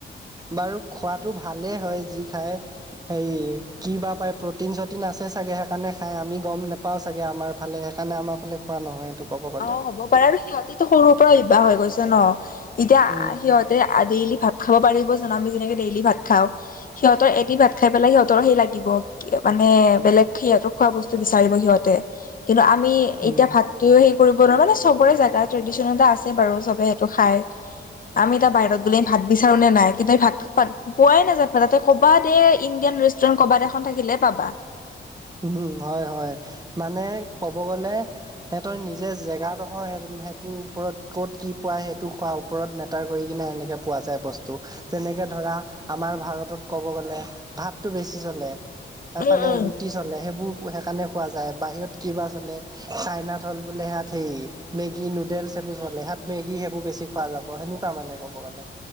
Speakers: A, on the right; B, on the left.
A: বাৰু খোৱাটো ভালেই হয় যি খাই। হেৰি কি বা পাই। প্ৰ'টিন চ'টিন আছে চাগে সেইকাৰণে খাই আমি গম নাপাওঁ চাগে, আমাৰ ফালে সেইকাৰণে আমাৰ ফালে খোৱা নহয় এইটো ক'ব গ'লে।
B: অ হ'ব পাৰে আৰু সিহঁতেটো সৰুৰ পৰা অভ্যাস হৈ গৈছে ন এতিয়া
A: উম
B: সিহঁত আদি ভাত খাব পাৰিব জানো আমি যেনেকে ডেইলি ভাত খাওঁ। সিহঁতৰ এটি ভাত খাই পেলাই সিহঁতৰ সেই লাগিব। মানে বেলেগ সিহঁতক খোৱা বস্তু বিচাৰিব সিহঁতে। কিন্তু আমি
A: উম
B: এতিয়া ভাতটোৱেও সেই কৰিব নোৱাৰো মানে চবৰে জেগা ট্ৰেডিশনেল এটা আছে বাৰু চবে সেইটো খাই। আমি এতিয়া বাহিৰত গ'লে ভাত বিচাৰো নে নাই কিন্তু স ভাত পোৱাই নাযাবা তাতে কবাত এ ইণ্ডিয়ান ৰেষ্টুৰেণ্ট ক'বাত এখন থাকিলে পাবা।
A: উম হয় হয়, মানে ক'ব গ'লে। সেহতৰ নিজে জেগাডোখৰ সেইটোৰ ওপৰত ক'ত কি পোৱা সেইটো খোৱা। ওপৰত মেটাৰ কৰি কিনে এনেকে পোৱা যায় বস্তু। টো, যেনেকে ধৰা আমাৰ ভাৰতত ক'ব গ'লে ভাতটো বেছি চলে। এফালে
B: উম উম।
A: ৰুটি চলে সেইবোৰ সেইকাৰণে খোৱা যায় বাহিৰত কিবা চলে। চাইনাত হ'ল বোলে সিহত সেই মেগী নুডেলছ সেইবোৰ চলে সিাত মেগী সেইবোৰ বেছি পোৱা যাব। অঁ সেনেকুৱা মানে ক'ব গ'লে।